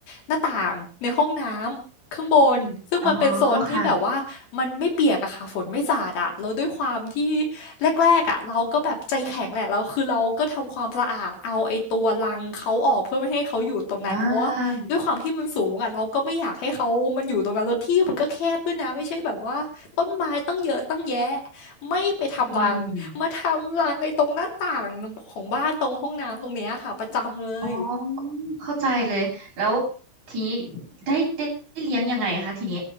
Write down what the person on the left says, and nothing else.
หน้าต่างในห้องน้ำข้างบนซึ่งมันเป็นโซนที่แบบว่ามันไม่เปียกอะค่ะฝนไม่สาดอะแล้วด้วยความที่
แรกๆอะเราก็แบบใจแข็งแหละเราคือเราก็ทำความสะอาดเอาไอ้ตัวรังเขาออกเพื่อไม่ให้เขาอยู่ตรงนั้นเพราะว่า
ด้วยความที่มันสูงอ่ะเราก็ไม่อยากให้เขามันอยู่ตรงนั้นแล้วที่มันก็แคบด้วยนะไม่ใช่แบบว่าต้นไม้ตั้งเยอะตั้งแยะไม่ไปทำรังมาทำรังไอ้ตรงหน้าต่างของบ้านตรงห้องน้ำตรงเนี้ยค่ะประจำเลย